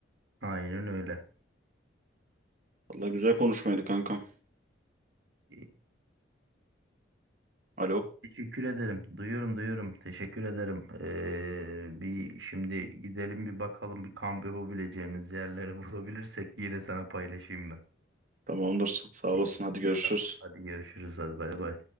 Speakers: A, on the right (about 70°); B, on the right (about 40°).
A: Aynen öyle.
B: Valla güzel konuşmaydı kankam.
A: E,
B: Alo.
A: Teşekkür ederim. Duyuyorum, duyuyorum. Teşekkür ederim. Ee, bir şimdi gidelim bir bakalım bir kamp yapabileceğimiz yerleri <laughs> bulabilirsek yine sana paylaşayım ben.
B: Tamamdır. Sağ olasın.
A: İyi.
B: Hadi görüşürüz.
A: Tamam, hadi görüşürüz. Hadi bay bay.